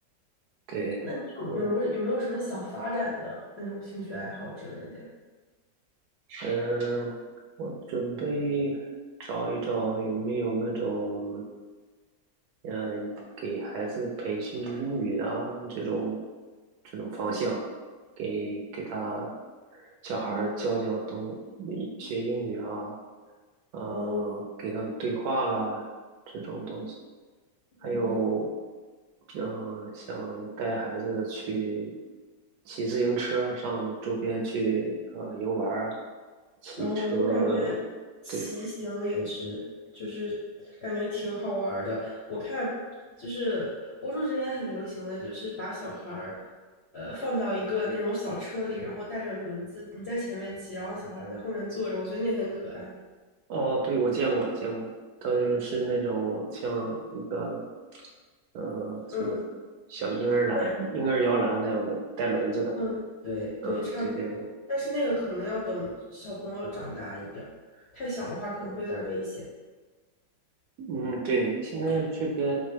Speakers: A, on the right; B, on the left.
A: 对，
B: 那你有有没有有没有什么想发展的那种兴趣爱好之类的呀？
A: 然后嗯，我准备找一找有没有那种嗯，给孩子培训英语啊，这种这种方向，给给他小孩儿教教东
B: 哦
A: 学英语啊，呃，
B: 哦
A: 给他们对话啦这种东西，还有
B: 哦，
A: 嗯、呃想带孩子去骑自行车上周边去呃游玩儿啊，骑车，
B: 嗯，我感觉骑行也是，
A: 对，
B: 就是感觉挺好玩儿的。我看就是欧洲这边很流行的就是把小孩儿，呃，放到一个那种小车里，然后带着轮子，你在前面骑，然后小孩儿在后面坐着，我觉得那很可爱。
A: 哦，对，我见过见过。它就是那种像一个嗯，什么
B: 嗯，
A: 小婴儿篮、
B: 但
A: 婴儿摇篮那样的，带轮子的。
B: 嗯，对对，
A: 嗯，
B: 差不多。
A: 对对，
B: 但是那个可能要等小朋友长大一点儿，太小的话可能会有点儿危险。
A: 嗯，对，现在这边